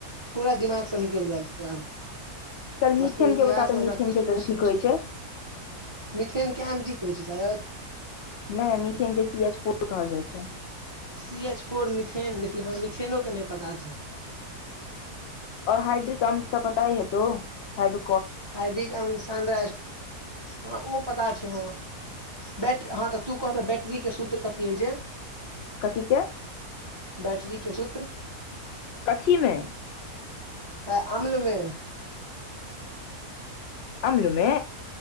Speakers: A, on the right (about 30°); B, on the left (about 65°).
A: पूरा दिमागसँ निकलि गेल छै
B: चल मिथेन
A: वस्तु इतिहासमे
B: के बता तऽ मिथेन
A: हमरा किछु
B: के कथी
A: किछ
B: कहै छै
A: मिथेन के एम जी कहै छै शायद
B: नहि मिथेन के सी एच फोर कहल जाइ छै
A: सी एच फोर मिथेन देखी हँ मिथेनो के नहि पता छैै
B: और हाइड्रिक क तऽ पता हेतो हाइड्रो
A: हार्दिक स्र ह ओ पता छै ह बैट हँ तऽ तू कहते बैट्ररी क सूत्र कथी होइ छै
B: कथी के
A: बैटरी के सूत्र
B: कथीमे
A: अ अम्लमे
B: अम्लमे